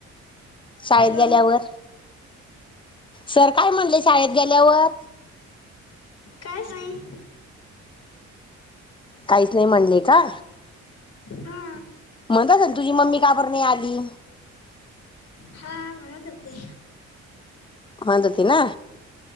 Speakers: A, on the left; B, on the left.
A: शाळेत
B: हॅलो
A: गेल्यावर, सर काय म्हणले शाळेत गेल्यावर?
B: कायचं नाय.
A: काहीच नाही म्हणले का?
B: हा.
A: म्हणतच तुझी मम्मी का बरं नाही आली?
B: हा म्हणतं होते.
A: म्हणतं होती ना.